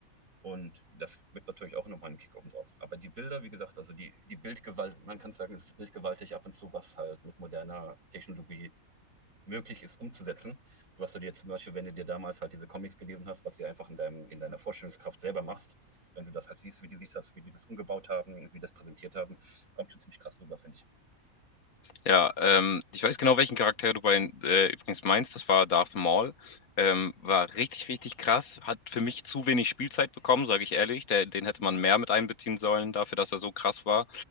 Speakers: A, on the right; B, on the left.
A: Und das gibt natürlich auch nochmal einen Kick oben drauf. Aber die Bilder, wie gesagt, also die, die Bildgewalt, man kann sagen, es ist bildgewaltig ab und zu, was halt mit moderner Technologie möglich ist umzusetzen. Was Du hast ja dir zum Beispiel, wenn du dir damals halt diese Comics gelesen hast, was du einfach in, deinem, in deiner Vorstellungskraft selber machst, wenn du das halt siehst, wie die sich das, wie die das umgebaut haben, wie die das präsentiert haben, kommt schon ziemlich krass rüber, finde ich.
B: Ja, ähm, ich weiß genau, welchen Charakter du bei, äh, übrigens meinst. Das war Darth Maul. Ähm, war richtig, richtig krass. Hat für mich zu wenig Spielzeit bekommen, sage ich ehrlich. Der, den hätte man mehr mit einbeziehen sollen, dafür, dass er so krass war.